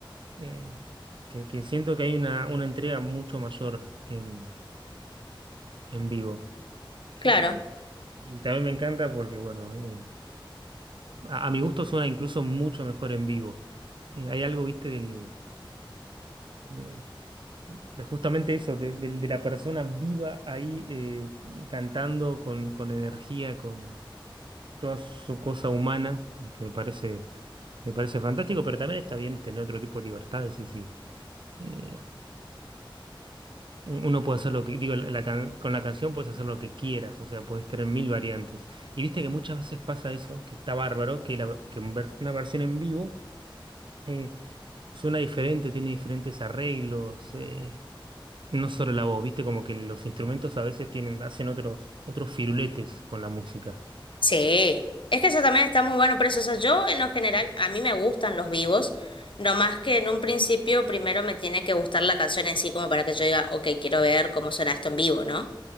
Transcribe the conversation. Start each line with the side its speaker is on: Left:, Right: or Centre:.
Right: eh, que, que siento que hay una, una entrega mucho mayor en, en vivo. Eh,
Left: claro,
Right: y también me encanta porque, bueno, eh, a, a mi gusto suena incluso mucho mejor en vivo. Eh, hay algo, viste, del, de, de justamente eso, de, del- de la persona viva ahí eh, cantando con, con energía, con toda su cosa humana, que me parece, me parece fantástico, pero también está bien tener otro tipo de libertades, sí, sí. Eh, Uno puede hacer lo que, digo, la can- con la canción puedes hacer lo que quieras, o sea, puedes tener mil variantes. Y viste que muchas veces pasa eso, que está bárbaro, que, la- que un ver- una versión en vivo eh, suena diferente, tiene diferentes arreglos, eh, no solo la voz, viste, como que los instrumentos a veces tienen, hacen otros, otros firuletes con la música.
Left: sí. Es que eso también está muy bueno, pero eso, o sea, yo en lo general, a mí me gustan los vivos, no más que en un principio primero me tiene que gustar la canción en sí, como para que yo diga, ok, quiero ver cómo suena esto en vivo, ¿no?